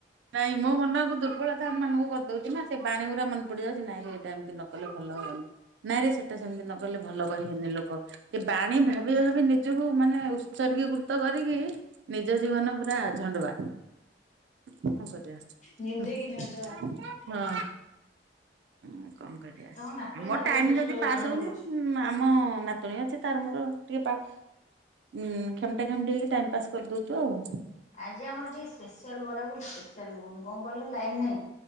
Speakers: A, on the right (about 80°); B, on the left (about 40°).
A: ନାଇଁ ମୋ ମନକୁ ଦୁର୍ବଳତା ଆମାନଙ୍କୁ କରିଦଉଛି ନା ସେ ବାଣୀ ଗୁରା ମନ ପଡିଯାଉଛି ନାଇଁ ଏଇଟା ଏମିତି ନ କଲେ ଭଲ ହବନି ନାଇଁରେ ସେଟା ସେମିତି ନ କଲେ ଭଲ କହିବେନି ଲୋ କ ଏ ବାଣୀ ଭାବି ଭାବି ନିଜକୁ ମାନେ ଉତ୍ସର୍ଗୀକୃତ କରିକି ନିଜ ଜୀବନ ପୁରା ଝଣ୍ଡବା। କଣ କରିବା
B: ଜିନ୍ଦେଗି
A: ହୁଁ
B: ଝଣ୍ଡୁଆ
A: ହଁ। ଉଁ କଣ କରିବା
B: ତମ ନାତୁଣୀ
A: ଆମ
B: ଟା
A: ଟାଇମ
B: ବହୁତ ଦୁଷ୍ଟ
A: ଯଦି
B: ବୋଲି
A: ପାସ୍
B: ଜଣା
A: ହଉନି
B: ପଡୁଛି।
A: ଉ ଆମ ନା ତୁଣି ଅଛି ତାର ମୋର ଟିକେ ପା ଉଁ ଖେମଟା ଖେମଟି ହେଇକି ଟାଇମ ପାସ୍ କରିଦଉଛୁ ଆଉ।
B: ଆଜି ଆମର ଟିକେ ସ୍ପେଶିଆଲ ବରା ଗୁ ସ୍ପେଶିଆଲ ଗୁଗୁନି କଣ କହିଲ ଲାଇନ ନାହିଁ?